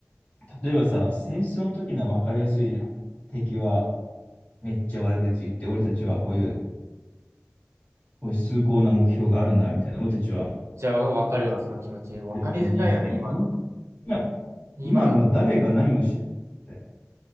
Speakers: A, on the left; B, on the right.
A: 例えばさ、戦争の時のは分かりやすいじゃん。敵はめっちゃ悪口言って、俺たちはこういう、こういう崇高な目標があるんだ、みたいな。俺たちは
B: じゃあ、わかるわ、その気持ち。わかりづらいよね、
A: 別の人種だみたいな。
B: 今の。
A: 今、
B: 今
A: 今はなんか誰が何を知るって。